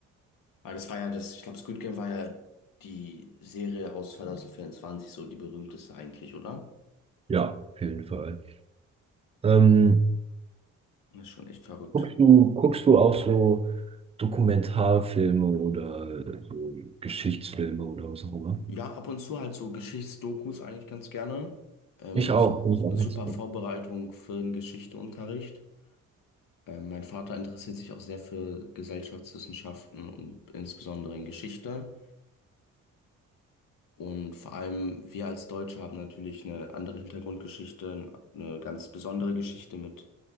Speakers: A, on the left (about 55°); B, on the right (about 15°).
A: Weil das war ja das, ich glaube, Squid Game war ja die Serie aus zwanzig vierundzwanzig, so die berühmteste eigentlich, oder?
B: Ja, auf jeden Fall. Ähm,
A: Das ist schon echt verrückt.
B: guckst du, guckst du auch so Dokumentarfilme oder so Geschichtsfilme oder was auch immer?
A: Ja, ab und zu halt so Geschichtsdokus eigentlich ganz gerne. Ähm,
B: Ich auch.
A: ist auch
B: Muss auch
A: eine
B: nichts.
A: super Vorbereitung für den Geschichteunterricht. Ähm, mein Vater interessiert sich auch sehr für Gesellschaftswissenschaften und insbesondere in Geschichte. Und vor allem wir als Deutsche haben natürlich eine andere Hintergrundgeschichte, eine ganz besondere Geschichte mit